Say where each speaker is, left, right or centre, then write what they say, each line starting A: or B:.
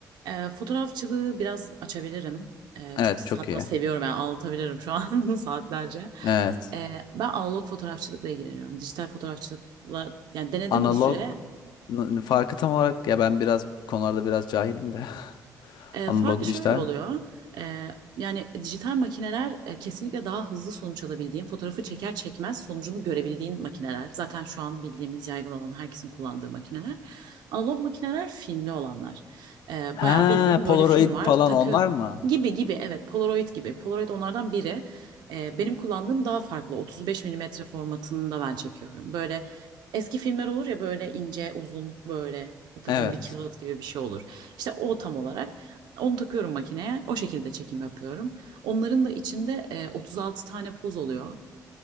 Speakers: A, on the right; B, on the left.
A: Ee, fotoğrafçılığı biraz açabilirim. Ee,
B: Evet
A: çok
B: çok
A: hatta
B: iyi.
A: seviyorum yani anlatabilirim şu an <laughs> saatlerce.
B: Evet.
A: Ee, ben analog fotoğrafçılıkla ilgileniyorum. Dijital fotoğrafçılıkla yani denedim
B: analog
A: bir süre.
B: n- farkı tam olarak ya ben biraz bu konularda biraz cahilim de. <laughs>
A: E,
B: Analog
A: farkı
B: dijital.
A: şöyle oluyor. E, yani dijital makineler e, kesinlikle daha hızlı sonuç alabildiğin, fotoğrafı çeker çekmez sonucunu görebildiğin makineler. Zaten şu an bildiğimiz yaygın olan herkesin kullandığı makineler. Analog makineler filmli olanlar. E,
B: Ha,
A: bayağı bildiğin
B: Polaroid
A: böyle film var,
B: falan
A: takı
B: onlar mı?
A: gibi gibi evet Polaroid gibi. Polaroid onlardan biri. E, benim kullandığım daha farklı. 35 milimetre formatında ben çekiyorum. Böyle eski filmler olur ya böyle ince uzun böyle upuzun
B: Evet.
A: bir kağıt gibi bir şey olur. İşte o tam olarak. Onu takıyorum makineye. O şekilde çekim yapıyorum. Onların da içinde e, 36 tane poz oluyor.